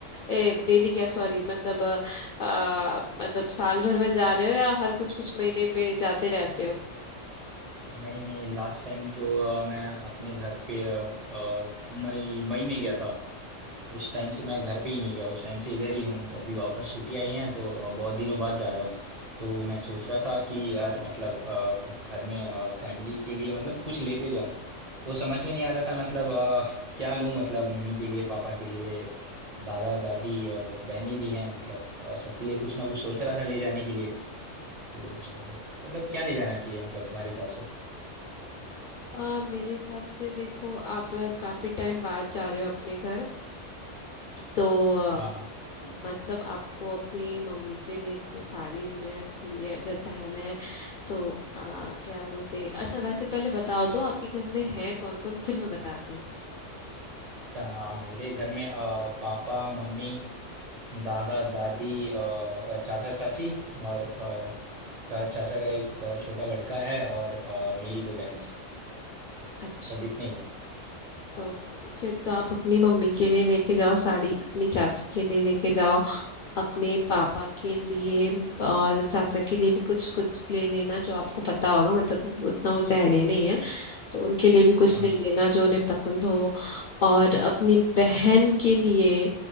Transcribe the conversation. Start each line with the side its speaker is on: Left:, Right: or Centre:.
Left: ए डेली क्या सॉरी मतलब अ, अ, मतलब साल भर में जा रहे हो या हर कुछ कुछ महीने में जाते रहते हो
Right: नहीं नहीं लास्ट टाइम तो अ, मैं अपने घर पे अ, अ, मई मई में गया था उस टाइम से मैं घर पे ही नहीं गया उस टाइम से इधर ही हूँ तो अभी वापस छुट्टी आई हैं तो अ, बहुत दिनों बाद जा रहा हूँ तो मैं सोच रहा था कि यार मतलब अ, घर में फैमिली के लिए मतलब कुछ लेते जाऊं तो समझ में नहीं आ रहा था मतलब अ, क्या लूं मतलब मम्मी के लिए पापा के लिए दादा दादी और बहनें भी हैं मतलब अ, सबके लिए कुछ ना कुछ सोच रहा था ले जाने के लिए तो मतलब क्या ले जाना चाहिए मतलब तुम्हारे हिसाब से
Left: अ, मेरे हिसाब से देखो आप काफी टाइम बाद जा रहे हो अपने घर तो
Right: हाँ
Left: मतलब आपको अपनी मम्मी के लिए जैसे साड़ी ले लेना चाहिए अगर बहन है तो आ, क्या बोलते अच्छा वैसे पहले बताओ तो आपके घर में है कौन कौन फिर मैं बताती हूँ
Right: अ, मेरे घर में अ, पापा मम्मी दादा दादी और चाचा चाची और अ, चा, चाचा का एक अ, छोटा लड़का है और अ, मेरी दो बहनें
Left: अच्छा
Right: बस इतने ही हैं
Left: तो
Right: हाँ
Left: फिर तो आप अपनी मम्मी के लिए लेके जाओ साड़ी अपनी चाची के लिए लेके जाओ अपने पापा के लिए और चाचा के लिए भी कुछ कुछ ले लेना जो आपको पता होगा मतलब उतना मुझे आइडिया नहीं है तो उनके लिए भी कुछ
Right: हाँ
Left: ले लेना जो उन्हें पसंद हो और अपनी बहन के लिए